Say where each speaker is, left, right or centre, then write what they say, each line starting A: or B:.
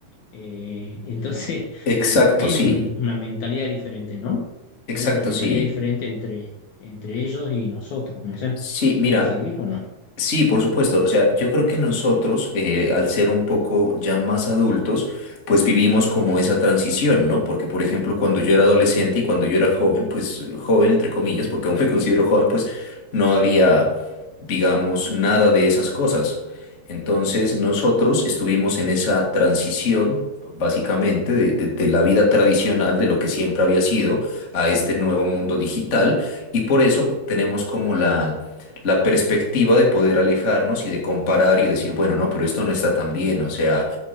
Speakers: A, on the left; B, on the left.
A: Eh, entonces, <laughs>
B: Exacto,
A: eh, hay
B: sí.
A: un- una mentalidad diferente, ¿no? Hay
B: Exacto,
A: una mentalidad
B: sí.
A: diferente entre, entre ellos y nosotros, no sé,
B: Sí, mira.
A: ¿coincidís o no?
B: Sí, por supuesto. O sea, yo creo que nosotros, eh, al ser un poco ya más adultos, pues vivimos como esa transición, ¿no? Porque, por ejemplo, cuando yo era adolescente y cuando yo era joven, pues joven, entre comillas, porque aún me considero joven, pues no había, digamos, nada de esas cosas. Entonces, nosotros estuvimos en esa transición, básicamente, de, de de la vida tradicional, de lo que siempre había sido, a este nuevo mundo digital. Y por eso tenemos como la la perspectiva de poder alejarnos y de comparar y decir, bueno, no, pero esto no está tan bien, o sea,